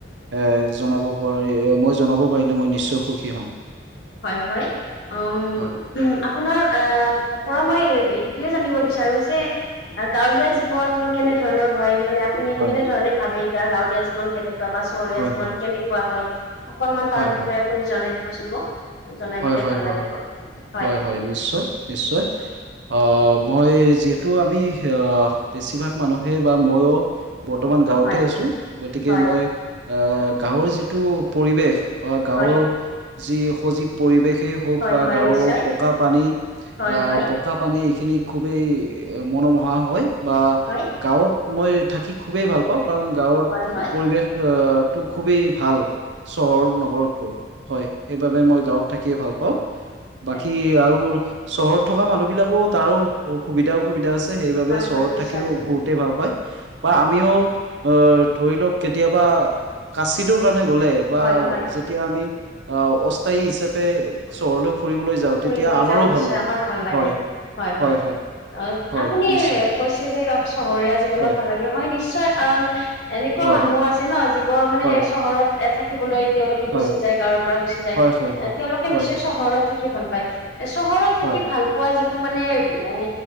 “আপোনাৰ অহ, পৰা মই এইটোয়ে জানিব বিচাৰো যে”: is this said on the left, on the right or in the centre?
Left